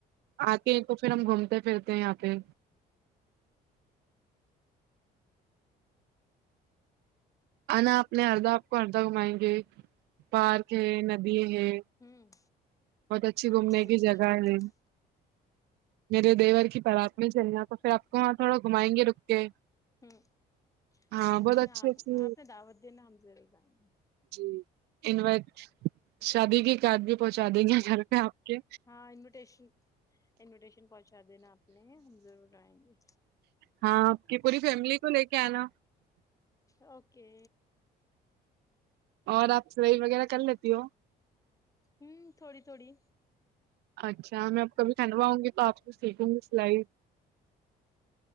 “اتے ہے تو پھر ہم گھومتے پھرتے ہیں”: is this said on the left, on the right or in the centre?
Right